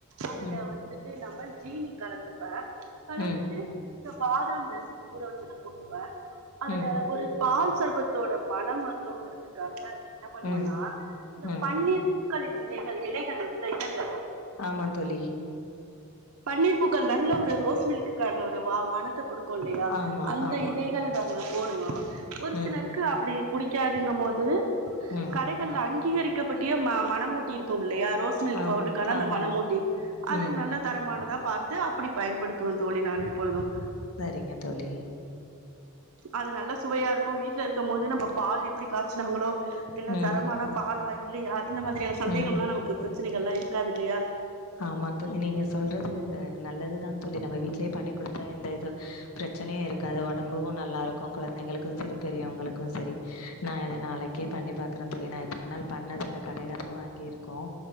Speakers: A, on the right; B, on the left.
A: அதுல
B: ம்
A: வந்துட்டு நம்ம ஜீனி கலந்துப்பேன் கலந்துட்டு
B: ம்
A: இந்த பாதாம் பிசின் ஊற வச்சத போட்டுப்பேன் அதுல
B: ம்
A: ஒரு பால் சர்பத்தோட மனம் வர்ணுங்கிறதுக்காக என்ன பண்ணுவனா
B: ம்
A: இந்த
B: ம்
A: பன்னீர் பூ பூக்களின் விதைகள் இலைகளின் இந்த இதழ்கள்
B: ஆமா தோழி
A: பன்னீர் பூக்கள் நல்ல ஒரு ரோஸ் மில்குக்கான ஒரு வா மனத்த கொடுக்க இருக்கும் இல்லையா
B: ஆமா
A: அந்த
B: ஆமா
A: இதழ்கள் நாங்க போடுவோம் ஒரு
B: ம்
A: சிலருக்கு அப்டி பிடிக்காத இதுங்க மோது
B: ம்
A: கடைகல்ல அங்கீகரிக்க <unintelligible> பற்றிய மனம் ஊட்டி இருக்கும் இல்லையா ரோஸ் மில்க்
B: ஆமா
A: பவுடர் அந்த
B: ஆமா
A: மனமூட்டி அது
B: ம்
A: நல்ல தரமா நல்லதா பாத்து அப்படி பயன்படுத்துவோம் தோழி நானு எப்பொழுதும்
B: சரிங்க தோழி
A: அது நல்ல சுவையா இருக்கும் வீட்டுல இருக்கும் போது நம்ம பால் எப்படி காய்ச்சுனாங்களோ இல்ல
B: ம்
A: தரமான பாலாய் இல்லை யார் இந்த மாதிரியான சந்தேகம்லாம்
B: ம்
A: நமக்கு பிரச்சனைகள்லாம் இருக்கு இருக்காதுயில்லையா
B: ஆமா தொலி நீங்க சொல்றது நல்லதுதான் தொலி நம்ம வீட்லேயே பண்ணி கொடுத்தா எந்த இது பிரச்சனையே இருக்காது உடம்பும் நல்லாருக்கும் குழந்தைங்களுக்கும் சரி பெரியவங்களுக்கும் சரி நான் இதை நாளைக்கே பண்ணி பாக்குறேன் தோழி நான் இத்தன நாள் பண்ணது இல்ல கடையில தான் வாங்கிருக்கோம்